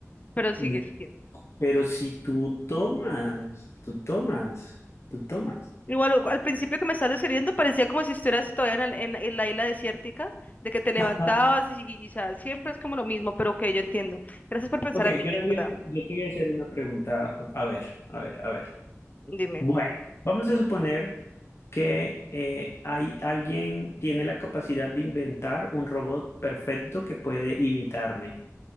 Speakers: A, on the left; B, on the left.
A: pero
B: Mm,
A: sigue siendo.
B: Pero si tú tomas, tú tomas, tú tomas.
A: Igual o- al principio que me estás describiendo parecía como si estuvieras todavía en, el- en- en la isla desértica, de que te levantabas
B: <laughs>
A: y, y, o sea, siempre es como lo mismo, pero ok, yo entiendo. Gracias por pensar
B: Ok,
A: en mí,
B: yo
A: de
B: te voy
A: verdad.
B: a, yo te voy a hacer una pregunta. A ver, a ver, a ver.
A: Dime.
B: Bueno, vamos a suponer que eh, hay alguien tiene la capacidad de inventar un robot perfecto que puede imitarme,